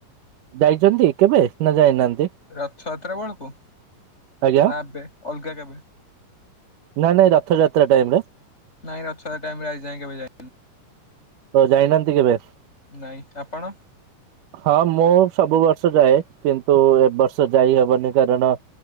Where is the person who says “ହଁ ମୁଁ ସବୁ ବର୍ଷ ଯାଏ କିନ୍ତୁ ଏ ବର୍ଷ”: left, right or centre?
Right